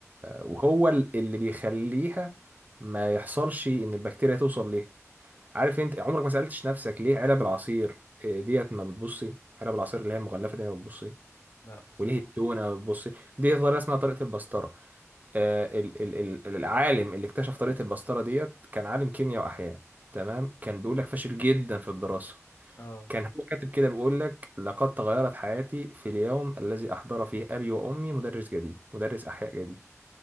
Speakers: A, on the right; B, on the left.
A: وهو ال- اللي بيخليها ما يحصلش ان البكتيريا توصل ليها عارف انت عمرك ما سالتش نفسك ليه علب العصير آه، ديت ما بتبصي علب العصير اللي هي المغلفه دي ما بتبصي
B: لا بصراحه
A: وليه التونه ما بتبصي دي طريقه اسمها طريقه البسطره آه، ال... ال... ال... العالم اللي اكتشف طريقه البسطره ديت كان عالم كيمياء واحياء تمام كان بيقول لك فاشل جدا في الدراسه
B: اه
A: كان هو كاتب كده بيقول لك لقد تغيرت حياتي في اليوم الذي أحضر فيه أبي وأمي مدرس جديد مدرس أحياء جديد